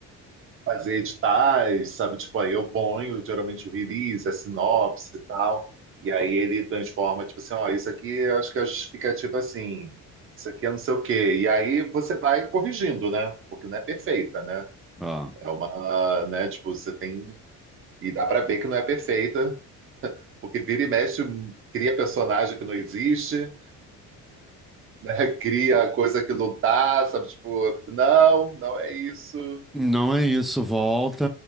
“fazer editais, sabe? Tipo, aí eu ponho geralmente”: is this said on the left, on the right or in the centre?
Right